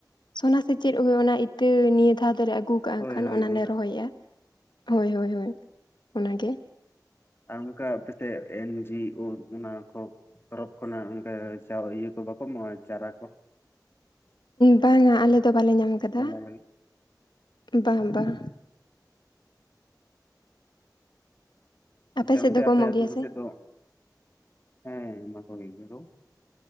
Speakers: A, on the left; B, on the left.
A: ᱥᱚᱱᱟ ᱥᱮ ᱪᱮᱫ ᱦᱩᱭᱩᱜ ᱚᱱᱟ ᱤᱛᱟᱹ ᱱᱤᱭᱟᱹ ᱫᱷᱟᱣ ᱛᱮᱷᱟᱨᱮ ᱟᱹᱜᱩ <unintelligible>
B: ᱦᱳᱭ
A: ᱠᱷᱟᱱ
B: ᱦᱳᱭ
A: ᱚᱱᱟᱞᱮ
B: ᱚᱱᱠᱟ
A: ᱨᱚᱦᱚᱭᱮᱫᱼᱟ ᱦᱳᱭ ᱦᱳᱭ ᱚᱱᱟᱱᱟᱜᱮ
B: <unintelligible> ᱛᱚᱨᱚᱯ ᱠᱷᱚᱱᱟᱜ ᱚᱱᱠᱟ ᱪᱟ ᱤᱭᱟᱹ ᱠᱚ ᱵᱟᱠᱚ ᱮᱢᱚᱜᱼᱟ ᱪᱟᱨᱟ ᱠᱚ
A: ᱵᱟᱝᱟ ᱟᱞᱮ ᱫᱚ ᱵᱟᱞᱮ ᱧᱟᱢ ᱟᱠᱟᱫᱟ
B: ᱛᱚᱞᱟ ᱞᱟᱹᱜᱤᱫ
A: ᱵᱟᱝ ᱵᱟᱝ
B: <unintelligible>
A: ᱥᱮᱫ ᱫᱚᱠᱚ
B: ᱟᱯᱮ
A: ᱮᱢᱚᱜ
B: ᱟᱛᱩ
A: ᱜᱮᱭᱟ
B: ᱠᱚ
A: ᱥᱮ
B: ᱥᱮᱫ ᱫᱚ ᱦᱮᱸ <unintelligible>